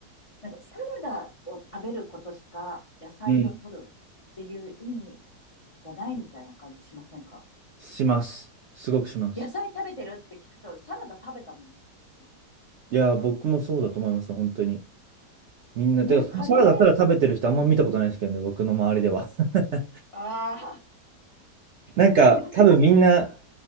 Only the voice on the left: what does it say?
なんかサラダを食べることしか野菜を取るっていう意味
がないみたいな感じしませんか
野菜食べてるって聞くと、サラダ食べたもんっていう。
ね、
カレー
ああ、
<laughs> え私、